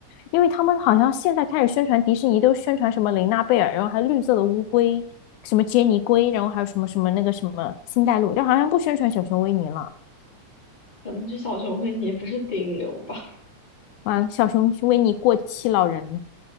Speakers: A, on the left (about 85°); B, on the left (about 15°).
A: 因为他们好像现在开始宣传迪士尼，都宣传什么玲娜贝尔，然后还有绿色的乌龟，什么杰尼龟，然后还有什么什么那个什么星黛露，但好像不宣传小熊维尼了。
B: 可能这小熊维尼不是顶流吧？
A: 完了，小熊维尼过气老人了，